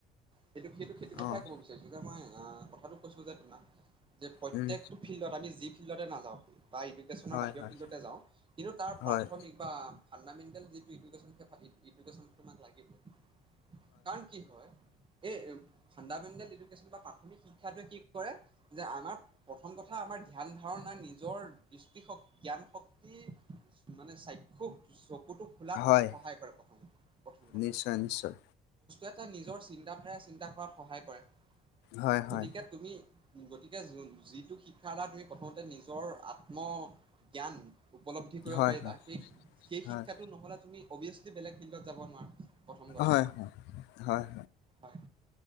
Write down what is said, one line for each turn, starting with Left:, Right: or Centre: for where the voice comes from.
Right: সেইটো, সেইটো খেতিৰ
Left: অ'
Right: কথায়ে ক'ব বিচাৰিছো যে মই অ' কথাটো কৈছো যে তোমাক যে প্ৰত্যেকটো
Left: উম,
Right: ফিল্ডত, আমি যি ফিল্ডতে নাজাও যাওঁ বা এডুকেশ্যনৰ
Left: হয়
Right: বাহিৰৰ
Left: হয়।
Right: ফিল্ডতে যাওঁ, কিন্তু তাৰ
Left: হয়
Right: প্ৰাথমিক বা ফাণ্ডামেণ্টেল যিটো ইডুকেশ্যন, সেই ইডুকেশ্যনটো তোমাক লাগিবই। কাৰণ কি হয় এই ফাণ্ডামেণ্টেল এডুকেশ্যন বা প্ৰাথমিক শিক্ষাটোৱে কি কৰে, যে আমাৰ, প্ৰথম কথা আমাৰ ধ্যান ধাৰণা, নিজৰ দৃষ্টিশক, জ্ঞান শক্তি, মানে চাক্ষু চকুটো খোলাত মানে
Left: হয়
Right: সহায় কৰে, প্ৰথম কথা।
Left: নিশ্চয় নিশ্চয়
Right: এটা নিজৰ চিন্তা চিন্তা কৰাত সহায় কৰে।
Left: হয় হয়
Right: গতিকে তুমি গতিকে যো যিটো শিক্ষাৰ দ্বাৰা তুমি প্ৰথমতে নিজৰ আত্ম জ্ঞান উপলব্ধি কৰিব
Left: হয়
Right: পাৰিবা
Left: হয়।
Right: সেই সেই
Left: হয়
Right: শিক্ষাটো নহ'লে তুমি অবিয়েছলি বেলেগ ফিল্ডত যাব নোৱাৰা প্ৰথম কথা
Left: হয় হয়
Right: হয়